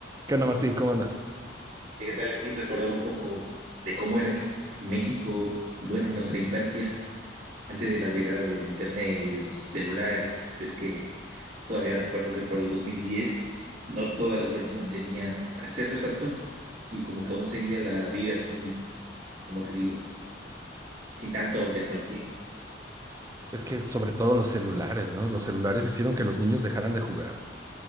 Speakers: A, on the right (about 20°); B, on the right (about 40°).
A: ¿Qué onda, Martín? ¿Cómo andas?
B: ¿Y qué tal aquí recordar un poco de cómo era aquí México, bueno, nuestra infancia, antes de la llegada del internet y de los celulares? Ves que todavía recuerdo que por el 2010 no todas las personas tenían acceso a estas cosas y como que aún seguía la vida así, como te digo, sin tanto tecnología.
A: Es que sobre todo los celulares, ¿no? Los celulares hicieron que los niños dejaran de jugar.